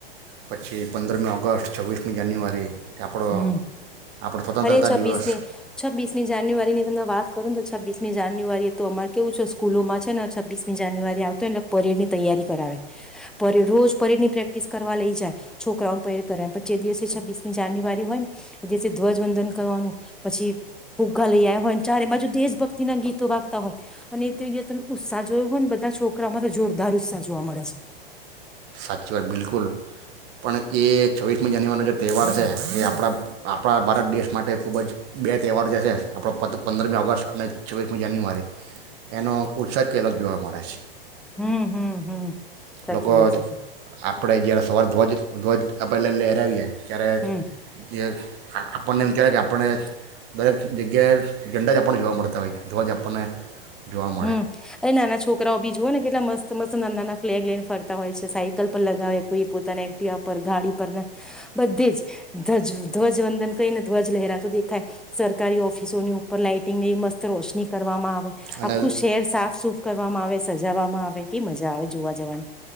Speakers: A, on the right; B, in the centre.
A: પછી પંદરમી ઓગસ્ટ છવ્વીસમી જાન્યુઆરી આપણો
B: હમ
A: આપણો સ્વતંત્રતા
B: અરે છ્વીીસમી
A: દિવસ
B: છવ્વીસમી જાન્યુઆરીની તમમે વાત કરું ને તો છવ્વીીસમી જાન જાન્યુઆરી તો અમારે કેવું છે સ્કૂલોમાં છે ને છવ્ીસમી જાન્યુઆરી આવતો એટલે પરેડ ની તૈયારી કરાવે પરેડ રોજ પરેડ ની પ્રેક્ટિસ કરવા લઈ જાય છોકરાઓને પરેડ કરે પણ જે દિવસે છ્ીસમી જાન્યુઆરી હોય ને, જેથી ધ્વજવંદન કરવાનું, પછી ભોગા લઈ આવ્યા હોય ને ચારે બાજુ દેશ ભક્તિ ના ગીતો વાગતા હોય, અને તમે ઉત્સાહ જોયો હોય ને બધા છોકરામાં તો જોરદાર ઉત્સાહ જોવા મળે છે.
A: સાચી વાત બિલકુલ, પણ એ છવ્વીસમી જાન્યુઆરીનો જે તહેવાર છે. એ આપણા આપણા ભારત દેશ માટે ખૂબ જ બેસ્ટ તહેવાર જે છે આપણો પ પંદરમી ઓગસ્ટ અને છવ્વીસમી જાન્યુઆરી, એનો ઉત્સાહ કે અલગ જોવા મળે છે.
B: હમ હમ હમ સાચી
A: લોકો
B: વાત છે.
A: આપણે જ્યારે સવારે ધ્વજ ધ્વજ આપેલા લહેરાવીએ. ચ્યારે
B: હમ
A: જે આપણને એમ કહેવાય કે આપને દરેક જગ્યાએ જઝંડા જ આપણને જોવા મળતા હોય ધ્વજ આપણને. જોવા મળે
B: હમ એ નાના છોકરાઓ બી જુઓ ને કેટલા મસ્ત મસ્ત નાંદ ના ફ્લેગ લઈન ફરતા હોય છે સાયકલ પર લગાવે કોઈ પોતાના એક્ટવા પર ગાડી પર ને. બધી જ ધ્વજ ધ્વજવંદન કહીને ધ્વજ લહેરા તો દેખાય, સરકારી ઓફિસોની ઉપર લાાઈટિંગની મસ્ત રોશની કરવામાં આવે. <unintelligible>
A: અને
B: ખૂ શેર સાફ સુફ કરવામાં આવે છે. સજાવામાં આવે કે મજા આવે જોવા જવાની.